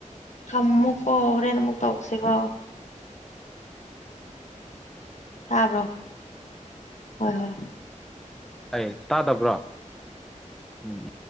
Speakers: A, on the left; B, in the centre.
A: ꯊꯝꯃꯣꯀꯣ ꯍꯣꯔꯦꯟ ꯑꯃꯨꯛ ꯇꯧꯁꯦꯀꯣ ꯇꯥꯕ꯭ꯔꯣ ꯍꯣꯏ ꯍꯣꯏ
B: ꯑꯩ ꯇꯥꯗꯕ꯭ꯔꯣ ꯎꯝ